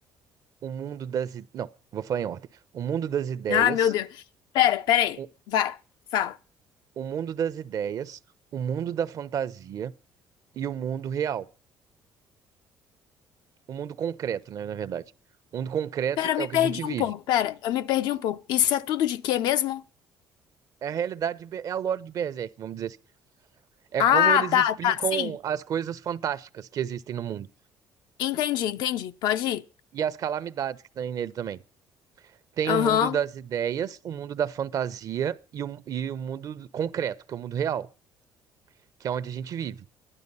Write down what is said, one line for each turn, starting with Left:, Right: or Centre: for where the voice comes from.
Right: o mundo das... i- Não, vou falar em ordem. O mundo das ideias,
Left: Ah, meu Deus. Pera, pera aí.
Right: o
Left: Vai, fala.
Right: o mundo das ideias, o mundo da fantasia e o mundo real. O mundo concreto, né, na verdade. O mundo concreto
Left: Pera, eu
Right: é
Left: me
Right: o que
Left: perdi
Right: a gente vive.
Left: um pouco. Pera, eu me perdi um pouco. Isso é tudo de quê mesmo?
Right: É a realidade, de Be- é a lore de Berserk, vamos dizer assim. É
Left: Ah,
Right: como eles
Left: tá,
Right: explicam
Left: tá, sim.
Right: as coisas fantásticas que existem no mundo.
Left: Entendi, entendi. Pode ir.
Right: E as calamidades que tem nele também. Tem
Left: Aham.
Right: o mundo das ideias, o mundo da fantasia e o, e o mundo concreto, que é o mundo real, que é onde a gente vive.